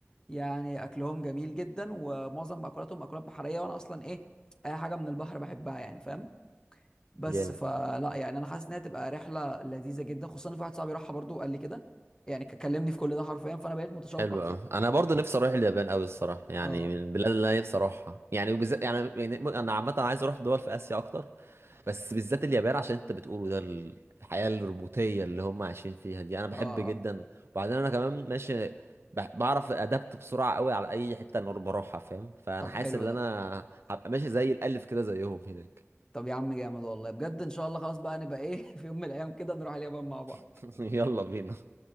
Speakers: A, on the left; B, on the right.
A: يعني اكلهم جميل جدا ومعظم مأكولاتهم مأكولات بحرية وانا اصلا ايه اي حاجة من البحر بحبها يعني فاهم بس
B: جامد
A: فلا يعني انا حاسس انها تبقى رحلة لذيذة جدا خصوصا إن في واحد صاحبي راحها برضو وقال لي كده يعني كلمني في كل ده حرفيا فانا بقيت متشوق
B: حلو
A: اكتر
B: أوي. انا برضو نفسي اروح اليابان قوي الصراحه يعني
A: اه
B: من البلاد اللي انا نفسي اروحها يعني وبالذات يعني يعني انا عامه عايز اروح دول في اسيا اكتر بس بالذات اليابان عشان انت بتقوله ده ال- الحياه الروبوتيه اللي هم عايشين فيها دي انا بحب
A: اه اه
B: جدا وبعدين انا كمان ماشي ب- بعرف ادابت بسرعه قوي على اي حته انا بروحها فاهم فانا
A: طب
B: حاسس
A: حلو
B: ان
A: ده
B: انا هبقى ماشي زي الالف كده زيهم هناك
A: طب يا عم جامد والله بجد ان شاء الله خلاص بقى نبقى ايه <laughs> في يوم من الايام كده نروح اليابان مع بعض
B: <laughs> يلا بينا